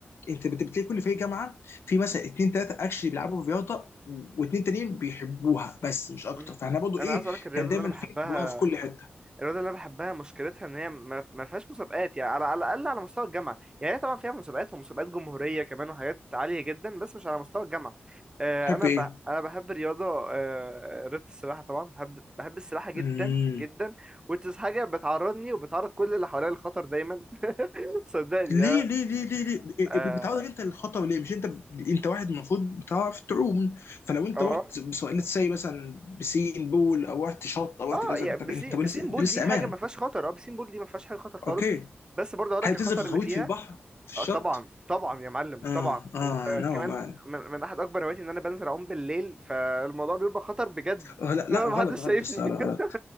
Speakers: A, on the left; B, on the right.
A: انت بت- بتلاقي كل فريق جامعه في مثلا اتنين تلاته اكشلي بيلعبوا في رياضه واتنين تانيين بيحبوها بس مش اكتر
B: مم.
A: فاحنا برضه
B: انا
A: ايه
B: عايز اقولك الرياضه
A: كان دايما
B: اللي انا بحبها
A: في جوايا في كل حته
B: الرياضه اللي انا بحبها مشكلتها ان هي ما ما فيهاش مسابقات يعني على على الاقل على مستوى الجامعه يعني هي طبعا فيها مسابقات ومسابقات جمهوريه كمان وحاجات عاليه جدا بس مش على مستوى الجامعه آه،
A: تحب
B: انا
A: ايه؟
B: ب... انا بحب الرياضه آه، رياضه السباحه طبعا بحب بحب السباحه جدا
A: امم
B: جدا وتس حاجه بتعرضني وبتعرض كل اللي حواليا للخطر دايما <laughs> صدقني
A: ليه
B: اه
A: ليه ليه ليه ليه إيه- إيه،
B: اه
A: بتعرضك انت للخطر ليه مش انت انت واحد المفروض بتعرف تعوم فلو انت
B: اه
A: رحت سواء let's say مثلا بسين بول او رحت شط او
B: آه،
A: رحت كذا
B: يعني
A: انت انت
B: بسين
A: لسه
B: بسين
A: انت
B: بول
A: لسه
B: دي
A: امان
B: حاجه ما فيهاش خطر اه بسين بول دي ما فيهاش حاجه خطر خالص
A: اوكي
B: بس برضه اقول
A: هي
B: لك
A: بتنزل
B: الخطر
A: في الغويط
B: اللي فيها
A: في البحر في الشط
B: اه طبعا طبعا يا معلم
A: اه
B: طبعا
A: اه
B: وكمان
A: نو مان
B: من, من احد اكبر هواياتي ان انا بنزل اعوم بالليل فالموضوع بيبقى خطر بجد
A: آه لا لا
B: انا ما
A: غلط
B: حدش
A: غلط
B: شايفني
A: يا اسطى لا، غلط
B: <laughs>